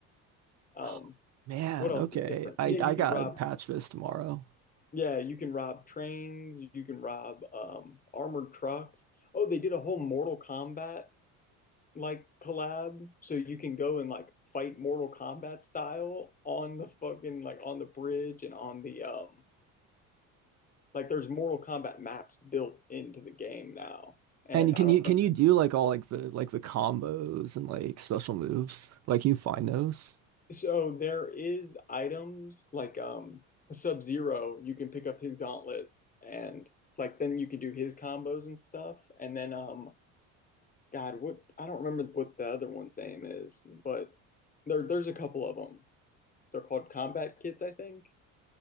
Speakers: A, on the left (about 25°); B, on the right (about 45°).
A: Um,
B: Oh, man,
A: what else
B: okay.
A: is different?
B: I
A: Yeah, you
B: I
A: can
B: gotta
A: rob.
B: patch this tomorrow.
A: Yeah, you can rob trains. You can rob um, armored trucks. Oh, they did a whole Mortal Kombat like collab so you can go and like fight Mortal Kombat style on the fucking like on the bridge and on the um like there's Mortal Kombat maps built into the game now. And
B: And you- can
A: I don't
B: you can
A: remember.
B: you do like all like the like the combos and like special moves? Like can you find those?
A: So there is items like um Sub-Zero, you can pick up his gauntlets and like then you can do his combos and stuff. And then um God, what I don't remember what the other one's name is, but there there's a couple of them. They're called combat kits, I think.